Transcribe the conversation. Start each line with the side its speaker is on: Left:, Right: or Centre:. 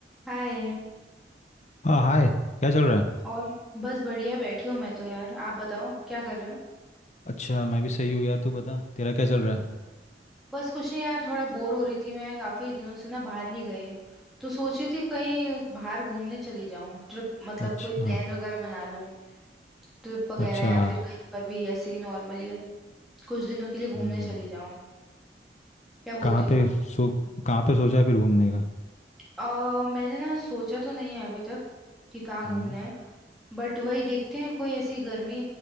Centre: हाय
Left: हाँ हाय क्या चल रहा है
Centre: और बस बढ़िया बैठी हूँ मैं तो यार आप बताओ क्या कर रहे हो
Left: अच्छा मैं भी सही हूँ यार तू बता तेरा क्या चल रहा है
Centre: बस कुछ नहीं यार थोड़ा बोर हो रही थी मैं काफी दिनों से ना बाहर नहीं गई तो सोची थी कहीं बाहर घूमने चली जाऊं ट्रिप मतलब
Left: अच्छा
Centre: कोई प्लान वगैरह बना लूं ट्रिप वगैरह
Left: अच्छा
Centre: या फिर कहीं पर भी ऐसे ही नॉर्मली कुछ दिनों के लिए घूमने
Left: हम्म
Centre: चली जाऊं क्या बोलते
Left: कहाँ
Centre: हो
Left: पे
Centre: आप
Left: सो कहाँ पे सोचा है फिर घूमने का
Centre: अ, मैंने ना सोचा तो नहीं है अभी तक कि कहाँ
Left: हम्म
Centre: घूमना है बट वही देखते हैं कोई ऐसी गर्मी